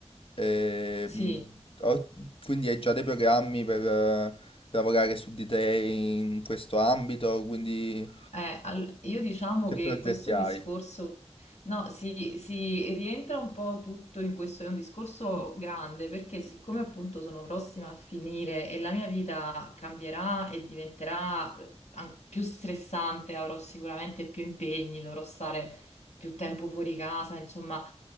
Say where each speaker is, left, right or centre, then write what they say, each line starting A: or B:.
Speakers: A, on the left (about 55°); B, on the left (about 80°).
A: Ehm,
B: Sì,
A: ho- quindi hai già dei programmi per, lavorare su di te in questo ambito, quindi
B: eh, al- io diciamo
A: che
B: che
A: progetti
B: questo discorso,
A: hai?
B: no, si, si rientra un po' tutto in questo, è un discorso grande perché siccome appunto sono prossima a finire e la mia vita cambierà e diventerà eh, an- più stressante, avrò sicuramente più impegni, dovrò stare più tempo fuori casa, insomma.